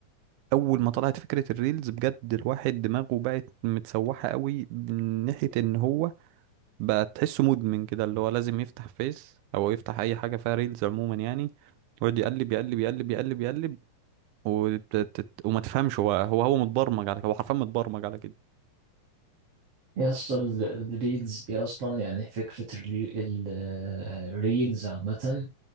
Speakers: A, on the right (about 75°); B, on the right (about 40°).
A: أول ما طلعت فكرة الريلز بجد الواحد دماغه بقت متسوحة قوي من ناحية إن هو بقى تحسه مدمن كده اللي هو لازم يفتح فيس أو يفتح أي حاجة فيها ريلز عموما يعني ويقعد يقلب يقلب يقلب يقلب يقلب وت- تت- وما تفهمش هو هو هو متبرمج على كده هو حرفيا متبرمج على كده
B: يا اسطى ال- الريلز دي اصلا يعني فكرة الري- ال- الريلز عامة